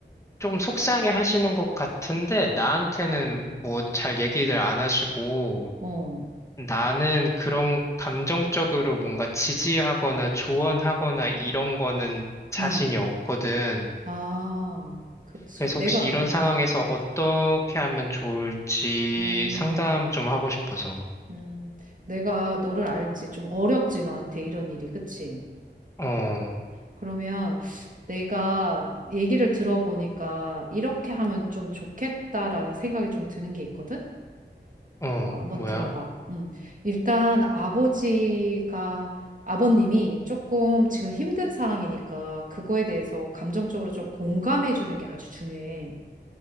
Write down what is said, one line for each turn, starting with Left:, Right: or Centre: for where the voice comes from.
Left: 조금 속상해 하시는 것 같은데, 나한테는 뭐 잘 얘기를 안 하시고,
Right: 어,
Left: 나는 그런 감정적으로 뭔가 지지하거나 조언하거나 이런 거는 자신이
Right: 응.
Left: 없거든.
Right: 아, 그치.
Left: 그래서
Right: 내가,
Left: 혹시 이런
Right: 음,
Left: 상황에서 어떻게 하면 좋을지
Right: 음,
Left: 상담 좀 하고 싶어서.
Right: 음, 내가 너를 알지. 좀 어렵지, 너한테 이런 일이. 그치?
Left: 어,
Right: 그러면 내가 얘기를 들어보니까 이렇게 하면 좀 좋겠다라는 생각이 좀 드는 게 있거든?
Left: 어,
Right: 어, 한번
Left: 뭐야?
Right: 들어봐. 음, 일단 아버지가, 아버님이 조금 지금 힘든 상황이니까 그거에 대해서 감정적으로 좀 공감해 주는 게 아주 중요해.